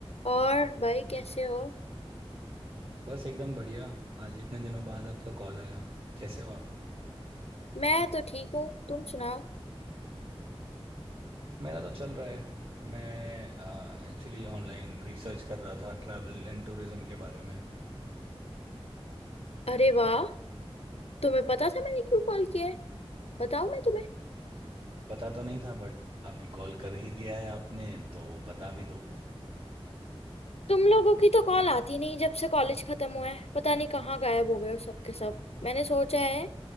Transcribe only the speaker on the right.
बस एकदम बढ़िया आज इतने दिनों बाद आपका कॉल आया कैसे हो आप
मेरा तो चल रहा है मैं एक्चुअली ऑनलाइन रिसर्च कर रहा था ट्रैवल एंड टूरिज्म के बारे में
पता तो नहीं था बट अभी कॉल कर ही दिया है आपने तो बता भी दो